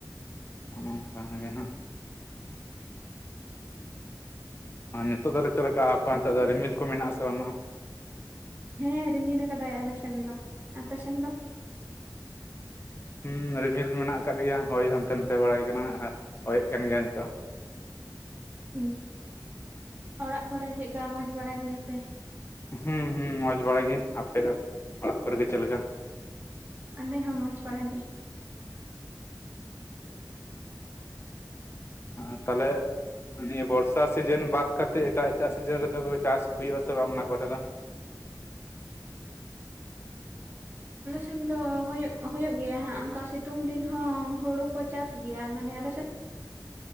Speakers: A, on the left; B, on the right.
A: ᱚᱸ ᱚᱱᱮ ᱚᱱᱠᱟ ᱜᱮ ᱦᱟᱸᱜ ᱟᱨ ᱱᱤᱛᱚᱜ ᱫᱚ ᱛᱟᱦᱞᱮ ᱪᱮᱫ ᱞᱮᱠᱟ ᱟᱯᱮ ᱚᱱᱛᱮ ᱫᱚ ᱨᱤᱢᱤᱞ ᱠᱚ ᱢᱮᱱᱟᱜᱼᱟ ᱟᱥᱮ ᱵᱟᱹᱱᱩᱜᱼᱟ ᱾
B: ᱦᱮᱸ ᱨᱤᱢᱤᱞ ᱠᱟᱫᱟᱭ ᱟᱞᱮ ᱥᱮᱱ ᱫᱚ ᱟᱯᱮ ᱥᱮᱱ ᱫᱚ?
A: ᱦᱩᱸ ᱨᱤᱢᱤᱞ ᱢᱮᱱᱟᱜ ᱟᱠᱟᱫ ᱜᱮᱭᱟ ᱦᱚᱭ ᱦᱟᱱᱛᱮ ᱱᱟᱛᱮ ᱵᱟᱲᱟᱭ ᱠᱟᱱᱟ ᱦᱚᱭᱮᱫ ᱠᱟᱱ ᱜᱮᱭᱟ ᱱᱤᱛᱚᱜ ᱦᱚᱸ ᱾
B: ᱩᱸᱜ ᱚᱲᱟᱜ ᱠᱚᱨᱮ ᱪᱮᱜᱠᱟ ᱢᱚᱸᱡᱽ ᱵᱟᱲᱟ ᱜᱮᱭᱟᱯᱮ?
A: ᱦᱩᱸ ᱦᱩᱸ ᱢᱚᱸᱡᱽ ᱵᱟᱲᱟᱭ ᱜᱮ ᱟᱯᱮ ᱜᱮ ᱚᱲᱟᱜ ᱠᱚᱨᱮᱜᱮ ᱪᱮᱫ ᱞᱮᱠᱟ?
B: ᱟᱞᱮ ᱦᱚᱸ ᱢᱚᱡᱽ ᱵᱟᱲᱟ ᱜᱮ ᱾
A: ᱦᱩᱸ ᱟᱨ ᱛᱟᱦᱚᱞᱮ ᱾ ᱱᱤᱭᱟᱹ ᱵᱚᱨᱥᱟ ᱥᱤᱡᱤᱱ ᱵᱟᱫᱽ ᱠᱟᱛᱮᱜ ᱮᱴᱟᱜ ᱮᱴᱟᱜ ᱥᱤᱡᱤᱱ ᱨᱮᱫᱚᱯᱮ ᱪᱟᱥ ᱦᱩᱭᱩᱜᱼᱟ ᱥᱮ ᱵᱟᱝ ᱚᱱᱟ ᱠᱚᱨᱮ ᱫᱚ ᱾
B: ᱥᱮ‌ᱱ ᱫᱚ ᱦᱩᱭᱩᱜ ᱦᱩᱭᱩᱜ ᱜᱮᱭᱟ ᱦᱟᱸᱜ ᱚᱱᱠᱟ ᱥᱤᱛᱩᱝ ᱫᱤᱱ ᱦᱚᱸ ᱦᱩᱲᱩ ᱠᱚ ᱪᱟᱥ ᱜᱮᱭᱟ ᱢᱟᱱᱮ ᱟᱞᱮᱥᱮᱫ ᱾
A: <inaudible>